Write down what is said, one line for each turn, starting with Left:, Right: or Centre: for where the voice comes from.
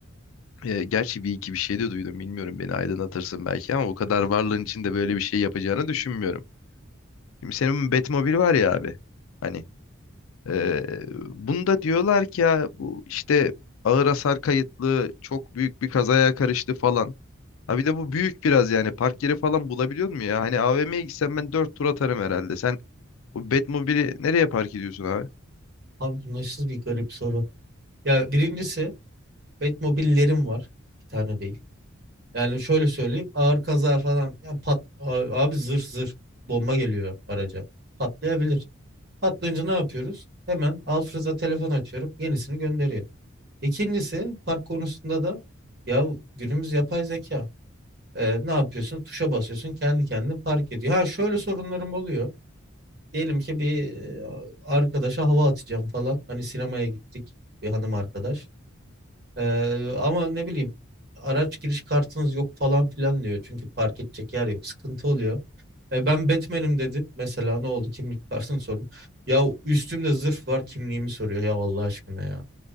Left: Ee, gerçi bir iki bir şey de duydum bilmiyorum beni aydınlatırsın belki ama o kadar varlığın içinde böyle bir şey yapacağını düşünmüyorum. Şimdi senin Batmobil var ya abi. Hani ee, bunda diyorlar ki ya bu işte ağır hasar kayıtlı çok büyük bir kazaya karıştı falan. Ha bir de bu büyük biraz yani park yeri falan bulabiliyor mu ya? Hani AVM'ye gitsem ben dört tur atarım herhalde. Sen o Batmobil'i nereye park ediyorsun abi?
Right: Abi bu nasıl bir garip soru. Ya birincisi Batmobillerim var. Bir tane değil. Yani şöyle söyleyeyim ağır kaza falan ya pat abi, abi zırh zırh bomba geliyor araca. Patlayabilir. Patlayınca ne yapıyoruz? Hemen Alfred'a telefon açıyorum. Yenisini gönderiyor. İkincisi park konusunda da ya günümüz yapay zeka. Ee, ne yapıyorsun? Tuşa basıyorsun kendi kendine park ediyor. Ha şöyle sorunlarım oluyor. Diyelim ki bir e, arkadaşa hava atacağım falan. Hani sinemaya gittik bir hanım arkadaş. Ee, ama ne bileyim araç giriş kartınız yok falan filan diyor. Çünkü park edecek yer yok. Sıkıntı oluyor. E, ben Batman'im dedim. Mesela ne oldu? Kimlik <laughs> kartını sordum. Ya üstümde zırh var kimliğimi soruyor ya Allah aşkına ya.